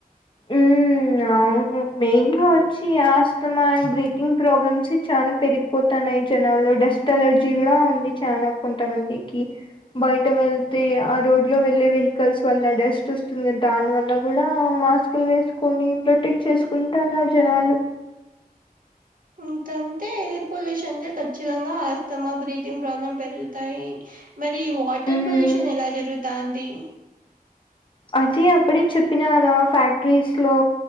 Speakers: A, on the left; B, on the right.
A: ఉమ్ అవును మెయిన్ గా వచ్చి ఆస్తమా అండ్ బ్రీతింగ్ ప్రాబ్లమ్స్ చానా పెరిగిపోతానయ్ జనాల్లో డస్ట్ అలర్జీ కూడా ఉంది చానా కొంతమందికి బయట వెళ్తే ఆ రోడ్ లో వెళ్ళే వెహికల్స్ వల్ల డస్ట్ వస్తుంది కదా దాని వల్ల కూడా మాస్ ప్పులు వేసుకొని ప్రొటెక్ట్ చేసుకుంటాన్నార్ జనాలు
B: ఇంకంతె ఎయిర్ పొల్యూషన్ అంటే ఖచ్చితంగా ఆస్తమా బ్రీథంగ్ ప్రాబ్లం పెరుగుతాయి మరి వాటర్
A: ఉమ్
B: పొల్యూషన్ ఎలా జరుగుతాంది
A: అది అప్పడే చెప్పినాగా ఫ్యాక్టరీస్ లో